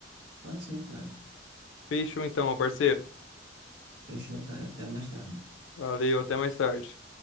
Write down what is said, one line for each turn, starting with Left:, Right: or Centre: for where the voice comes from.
Right: Pode ser, cara.
Left: Fechou então, meu parceiro.
Right: Fechou, cara. Até mais tarde.
Left: Valeu, até mais tarde.